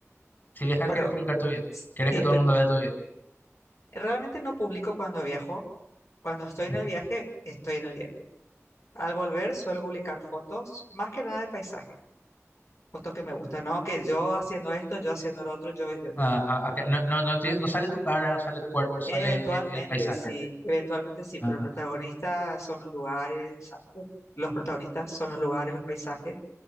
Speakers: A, on the left; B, on the left.
A: Si viajas,
B: Pero
A: quieres publicar tu viaje.
B: sí,
A: Quieres que todo
B: pero
A: el mundo vea tu viaje.
B: realmente no publico cuando viajo Cuando estoy en
A: Ujú.
B: el viaje, estoy en el viaje. Al volver suelo publicar fotos, más que nada de paisajes, fotos que me gustan, ¿no? Que yo haciendo esto, yo haciendo lo otro, yo, yo,
A: Ah,
B: yo.
A: ah, ok, No, no, no, tiene- no sale tu cara, no sale tu cuerpo, sale
B: Eventualmente
A: eh, el, paisaje.
B: sí, eventualmente sí, pero
A: Ah,
B: el protagonista son los lugares, o sea, el- los protagonistas son los lugares, los paisajes,